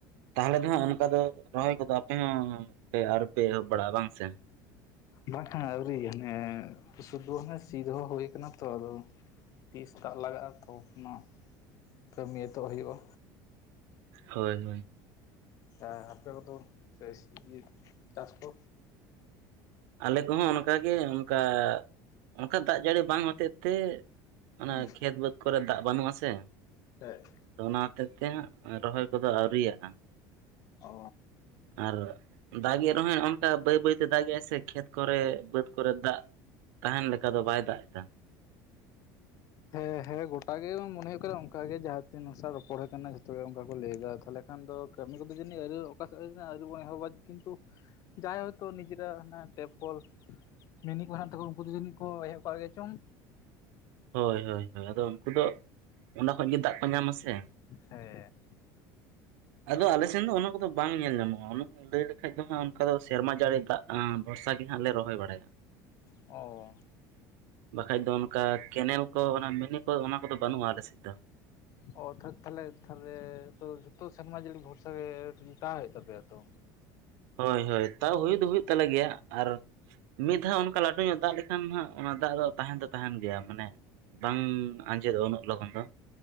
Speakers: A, on the right; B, on the left.
A: ᱛᱟᱦᱚᱞᱮ ᱫᱚ ᱦᱟᱸᱜ ᱚᱱᱠᱟ ᱫᱚ ᱨᱚᱦᱚᱭ ᱠᱚᱫᱚ ᱟᱯᱮ ᱦᱚᱸ ᱯᱮ ᱟᱹᱣᱨᱤ ᱯᱮ ᱮᱦᱚᱵ ᱵᱟᱲᱟᱜᱼᱟ ᱵᱟᱝ ᱥᱮ?
B: ᱵᱟᱝᱠᱷᱟ ᱟᱹᱣᱨᱤ ᱦᱟᱱᱮ ᱥᱩᱫᱩ ᱚᱱᱮ ᱥᱤ ᱫᱚᱦᱚ ᱦᱩᱭ ᱠᱟᱱᱟ ᱛᱚ ᱟᱫᱚ ᱛᱤᱥ ᱫᱟᱜ ᱞᱟᱜᱟᱜᱼᱟ ᱛᱚᱠᱷ ᱱᱟᱜ ᱠᱟᱹᱢᱤ ᱮᱛᱚᱜ ᱦᱩᱭᱩᱜᱼᱟ᱾
A: ᱦᱳᱭ ᱦᱳᱭ
B: ᱮᱻ ᱟᱯᱮᱟ ᱠᱚᱫᱚ <unintelligible> ᱪᱟᱥ ᱠᱚ᱾
A: ᱟᱞᱮ ᱠᱚᱦᱚᱸ ᱚᱱᱠᱟᱜᱮ ᱚᱱᱠᱟ ᱚᱱᱠᱟ ᱫᱟᱜ ᱡᱟᱹᱲᱤ ᱵᱟᱝ ᱦᱚᱛᱮᱫ ᱛᱮ ᱚᱱᱟ
B: ᱦᱩᱸ
A: ᱠᱷᱮᱛ ᱵᱟᱹᱫᱽ ᱠᱚᱨᱮ ᱫᱟᱜ ᱵᱟᱹᱱᱩᱜ-ᱟ ᱥᱮ
B: ᱦᱮᱠ
A: ᱛᱚ ᱚᱱᱟ ᱦᱚᱛᱮᱜ ᱛᱮ ᱨᱚᱦᱚᱭ ᱠᱚᱫᱚ ᱟᱹᱣᱨᱤᱭᱟᱜ-ᱟ
B: ᱚ
A: ᱟᱨ ᱫᱟᱜᱮᱜ ᱨᱮᱦᱚᱸᱭ ᱚᱱᱠᱟ ᱵᱟᱹᱭ ᱵᱟᱹᱭᱛᱮ ᱫᱟᱜᱮ ᱟᱭ ᱥᱮ ᱠᱷᱮᱛ ᱠᱚᱨᱮ ᱵᱟᱹᱫᱽ ᱠᱚᱨᱮ ᱫᱟᱜ ᱛᱟᱦᱮᱱ ᱞᱮᱠᱟ ᱫᱚ ᱵᱟᱭ ᱫᱟᱜ ᱮᱫᱟ᱾
B: ᱦᱮᱸ ᱦᱮᱸ ᱜᱚᱴᱟᱜ ᱜᱮ ᱢᱚᱱᱮ ᱦᱳᱭᱳᱜ ᱠᱟᱱᱟ ᱚᱱᱠᱟ ᱜᱮ ᱡᱟᱦᱟ ᱛᱤᱱ ᱦᱚᱲ ᱥᱟᱣ ᱨᱚᱯᱚᱲ ᱦᱳᱭ ᱠᱟᱱᱟ ᱡᱚᱛᱚ ᱜᱮ ᱚᱱᱠᱟ ᱠᱚ ᱞᱟᱹᱭ ᱫᱟ ᱛᱟᱦᱞᱮ ᱠᱷᱟᱱ ᱫᱚ ᱠᱟᱹᱢᱤ ᱠᱚᱫᱚ ᱡᱟᱹᱱᱤᱡ ᱟᱹᱣᱨᱤ ᱚᱠᱟ ᱥᱮᱫ ᱟᱹᱣᱨᱤ ᱵᱚᱱ ᱮᱦᱚᱵᱟ ᱠᱤᱱᱛᱩ ᱡᱟᱭ ᱦᱳᱭ ᱛᱚ ᱱᱤᱡᱮᱨᱟᱜ ᱦᱟᱱᱮ ᱴᱮᱯ ᱠᱚᱞ ᱢᱤᱱᱤ ᱠᱚ ᱢᱮᱱᱟᱜ ᱛᱟᱠᱚᱣᱟ᱾ ᱩᱱᱠᱩ ᱫᱚ ᱡᱟᱹᱱᱤᱡ ᱠᱚ ᱮᱦᱚᱵ ᱠᱟᱜ ᱜᱮ ᱪᱚᱝ?
A: ᱦᱳᱭ ᱦᱳᱭ ᱦᱳᱭ ᱟᱫᱚ ᱩᱱᱠᱩ ᱫᱚ ᱚᱱᱟ ᱠᱷᱚᱱ ᱜᱮ ᱫᱟᱜ ᱠᱚ ᱧᱟᱢᱟ ᱥᱮ?
B: ᱦᱮᱸ ᱾
A: ᱟᱫᱚ ᱟᱞᱮ ᱥᱮᱱ ᱫᱚ ᱩᱱᱟᱹᱜ ᱠᱚᱫᱚ ᱵᱟᱝ ᱧᱮᱞ ᱧᱟᱢᱚᱜᱼᱟ᱾ <unintelligible> ᱞᱟᱹᱭ ᱞᱮᱠᱷᱟᱡ ᱫᱚ ᱦᱟᱸᱜ ᱚᱱᱠᱟ ᱫᱚ ᱥᱮᱨᱢᱟ ᱡᱟᱹᱲᱤ ᱫᱟᱜ ᱵᱷᱚᱨᱥᱟ ᱜᱮ ᱦᱟᱸᱜ ᱞᱮ ᱨᱚᱦᱚᱭ ᱵᱟᱲᱟᱭᱟ ᱾
B: ᱚ
A: ᱵᱟᱠᱷᱟᱡ ᱫᱚ ᱚᱱᱠᱟ ᱠᱮᱱᱮᱞ ᱠᱚ ᱚᱱᱟ ᱢᱤᱱᱤ ᱠᱚ ᱚᱱᱟ ᱠᱚᱫᱚ ᱵᱟᱹᱱᱩᱜᱼᱟ ᱟᱞᱮ ᱥᱮᱫ ᱫᱚ᱾
B: ᱚ ᱛᱷᱟ ᱛᱷᱟᱞᱮ ᱛᱟᱦᱞᱮ ᱛᱚ ᱡᱷᱚᱛᱚ ᱥᱮᱨᱢᱟ ᱡᱟᱹᱲᱤ ᱵᱷᱚᱨᱥᱟ ᱜᱮ ᱛᱟᱦᱮ ᱦᱩᱭᱩᱜ ᱛᱟᱯᱮᱭᱟ ᱛᱚ?
A: ᱦᱳᱭ ᱦᱳᱭ ᱛᱟᱣ ᱦᱩᱭ ᱫᱚ ᱦᱩᱭᱩᱜ ᱛᱟᱞᱮ ᱜᱮᱭᱟ ᱟᱨ ᱢᱤᱫ ᱫᱷᱟᱣ ᱚᱱᱠᱟ ᱞᱟᱹᱴᱩ ᱧᱚᱜ ᱫᱟᱜ ᱞᱮᱠᱷᱟᱱ ᱦᱟᱸᱜ ᱚᱱᱟ ᱫᱟᱜ ᱫᱚ ᱛᱟᱦᱮᱱ ᱫᱚ ᱛᱟᱦᱮᱱ ᱜᱮᱭᱟ ᱢᱟᱱᱮ ᱵᱟᱝ ᱟᱸᱡᱮ ᱫᱚᱜᱼᱟ ᱩᱱᱟᱹᱜ ᱞᱚᱜᱚᱱ ᱫᱚ᱾